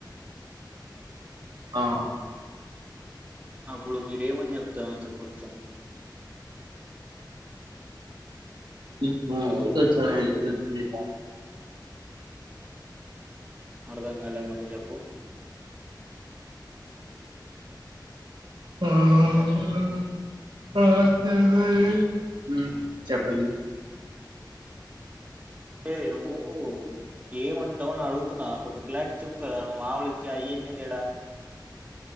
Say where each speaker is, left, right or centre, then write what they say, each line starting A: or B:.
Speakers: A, on the right (about 75°); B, on the right (about 20°).
A: ఆ
B: అప్పుడు మీరు ఏమని చెప్తారాన్సర్ కొంచెం
A: <unintelligible>
B: అర్ధంకాలే మల్లి చేప్పు
A: <unintelligible>
B: ఎహ్ నువ్వు ఏమంటావు అని అడుగుతున్నా కొంచెం క్లారిటీ చెప్పు కదా నువ్వు ఆవళఇంచ్చా అయ్యేంది ఇడా